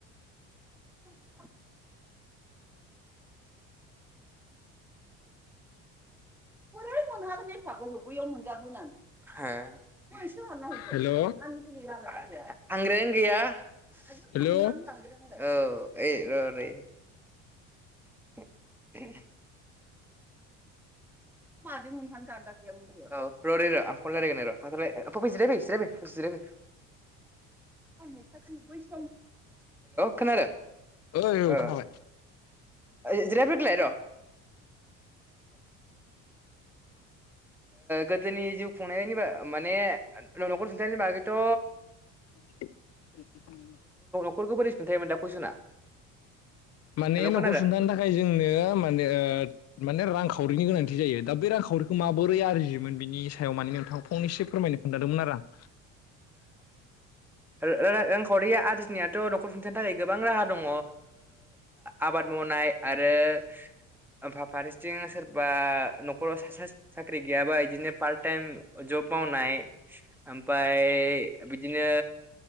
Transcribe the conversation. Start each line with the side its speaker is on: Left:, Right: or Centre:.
Centre: <inaudible> औ बोरै मोनहागोन एफागो बैयाव मोनजागोन
Left: हेल'
Centre: <inaudible> औ
Left: हेल'
Centre: ए र <inaudible> <inaudible> औ रदै र' <inaudible> हेल' खोनादों
Left: ओइ औ
Centre: ओ
Left: खोनाबाय
Centre: आइ जिरायफैदोलायद' अ-अ गोदोनि जिउ खुंनायनि माने न'खर खुंथायनि बागैथ'
Left: <inaudible>
Centre: न'खरखौ बोरै सुंन्थायोमोन दा कुइसना?
Left: माने
Centre: हेलौ
Left: न'खर
Centre: खोनादों
Left: सुंथानो थाखाय जोंनो माने माने रां साखावरिनि गोनांथि जायो दा बे रांखावरिखौ माबोरै आरजियोन बेनि सायाव माने नोंथां फंनसो फोरमायनो खोन्थादोंमोन आरो <inaudible>
Centre: रांखावरिया आरजिनायाथ न'खर सुंथानो थाखाय गोबां राहा दङ आबाद मावनाय आरो फा फारथिं सोरबा न साख्रि गैयाबा बिदिनो पार्ट टाइम जब मावनाय मफ्राय ओमफ्राय बिदिनो